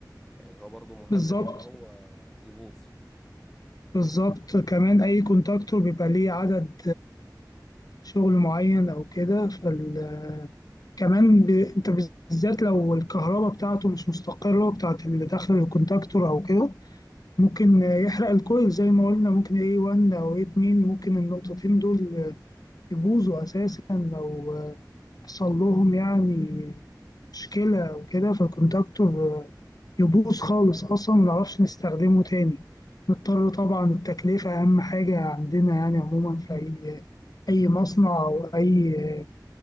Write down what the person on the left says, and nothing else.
بالظبط
بالظبط كمان أي كونتاكتور بيبقى ليه عدد شغل معين أو كده فكمان ب... أنت بالذات لو الكهرباء بتاعته مش مستقرة بتاعت اللي داخل الكونتاكتور أو كده ممكن يحرق الكويل زي ما قلنا ممكن A1 أو A2 ممكن النقطتين دول يبوظوا أساسا لو حصل لهم يعني مشكلة وكده فالكونتاكتور يبوظ خالص أصلا منعرفش نستخدمه تاني نضطر طبعا التكلفة أهم حاجة عندنا يعني عموما في أي أي مصنع أو أي